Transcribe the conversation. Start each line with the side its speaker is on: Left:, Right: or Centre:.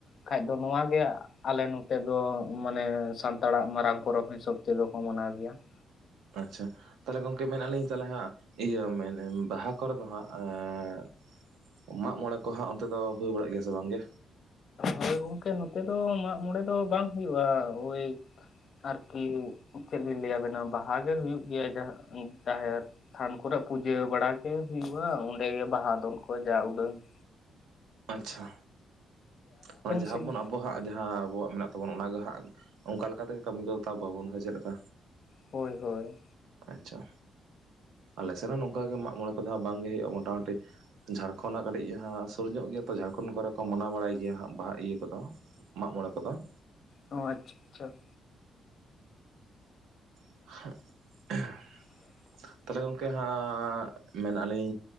Left: ᱠᱷᱟᱡ ᱫᱚ ᱱᱚᱭᱟ ᱛᱮᱭᱟᱜ ᱟᱞᱮ ᱱᱚᱛᱮ ᱫᱚ ᱢᱟᱱᱮ ᱥᱟᱱᱛᱟᱲᱟᱜ ᱢᱟᱨᱟᱝ ᱯᱚᱨᱚᱵᱽ ᱦᱤᱥᱟᱹᱵ ᱛᱮᱫᱚ ᱠᱚ ᱢᱟᱱᱟᱣ ᱜᱮᱭᱟ ᱾
Right: ᱟᱪᱪᱷᱟ, ᱛᱟᱞᱦᱮ ᱜᱚᱢᱠᱮ ᱢᱮᱱ ᱟᱹᱞᱤᱧ ᱛᱟᱞᱮ ᱦᱟᱸᱜ ᱤᱭᱟᱹ ᱵᱟᱦᱟ ᱠᱚᱨᱮ ᱫᱚ ᱦᱟᱸᱜ ᱮᱸᱻ ᱢᱟᱜ ᱢᱚᱬᱮ ᱠᱚ ᱦᱟᱸᱜ ᱚᱱᱛᱮ ᱫᱚ ᱦᱩᱭ ᱵᱟᱲᱟᱜ ᱜᱮᱭᱟ ᱥᱮ ᱵᱟᱝᱜᱮ?
Left: ᱦᱳᱭ ᱜᱚᱝᱠᱮ ᱱᱚᱛᱮ ᱫᱚ ᱢᱟᱜ ᱢᱚᱲᱮ ᱫᱚ ᱵᱟᱝ ᱦᱩᱭᱩᱜᱼᱟ ᱳᱭ ᱟᱨᱠᱤ ᱪᱮᱜ ᱞᱤᱧ ᱞᱟᱹᱭᱟᱵᱮᱱᱟ ᱵᱟᱦᱟ ᱜᱮ ᱦᱩᱭᱩᱜ ᱜᱮᱭᱟ ᱡᱟᱦᱟᱸ ᱡᱟᱦᱮᱨ ᱛᱷᱟᱱ ᱠᱚᱨᱮᱜ ᱯᱩᱡᱟᱹ ᱵᱟᱲᱟ ᱜᱮ ᱦᱩᱭᱩᱜᱼᱟ ᱚᱸᱰᱮᱜᱮ ᱵᱟᱦᱟ ᱫᱚᱱ ᱠᱚ ᱡᱟᱹᱣ ᱩᱰᱟᱹᱝ ᱾
Right: ᱟᱪᱪᱷᱟ ᱚᱱᱟ ᱡᱟᱦᱟᱸ
Left: ᱥᱮᱫ
Right: ᱵᱚᱱ ᱟᱵ ᱵᱚᱦᱟᱜ ᱡᱟᱦᱟᱸ ᱟᱵᱚᱦᱟᱜ ᱢᱮᱱᱟᱜ ᱛᱟᱵᱚᱱ ᱚᱱᱟᱜᱮ ᱦᱟᱸᱜ ᱚᱱᱠᱟ ᱞᱮᱠᱟᱛᱮᱜᱮ ᱠᱟᱹᱢᱤ ᱠᱚ ᱛᱟᱵ ᱵᱟᱵᱚᱱ ᱦᱳᱭ ᱪᱮᱜ ᱞᱮᱠᱟ?
Left: ᱦᱳᱭ ᱦᱳᱭ,
Right: ᱟᱪᱪᱷᱟ, ᱟᱞᱮᱥᱮᱫ ᱦᱚᱸ ᱱᱚᱝᱠᱟ ᱜᱮ ᱢᱟᱜ ᱢᱚᱬᱮ ᱠᱚᱫᱚ ᱦᱟᱸᱜ ᱵᱟᱝ ᱜᱮ ᱦᱳᱭᱳᱜᱼᱟ ᱢᱚᱴᱟᱢᱩᱴᱤ ᱡᱷᱟᱨᱠᱷᱚᱸᱱᱰ ᱟᱜ ᱠᱟᱹᱴᱤᱡ ᱤᱦᱟᱹᱥ ᱥᱩᱨ ᱧᱚᱜ ᱜᱮᱭᱟ ᱛᱚ ᱡᱷᱟᱨᱠᱷᱚᱸᱱᱰ ᱠᱚᱨᱮ ᱠᱚ ᱢᱟᱱᱟᱣ ᱵᱟᱲᱟᱭ ᱜᱮᱭᱟ ᱦᱟᱸᱜ ᱵᱟᱦᱟ ᱤᱭᱟᱹ ᱠᱚᱫᱚ ᱢᱟᱜ ᱢᱚᱬᱮ ᱠᱚᱫᱚ ᱾
Left: ᱚ ᱟᱪᱼᱪᱷᱟ ᱾
Right: <inaudible>
Left: <inaudible>
Right: ᱛᱟᱞᱦᱮ ᱜᱚᱝᱠᱮ ᱦᱟᱸᱜ ᱢᱮᱱ ᱟᱹᱞᱤᱧ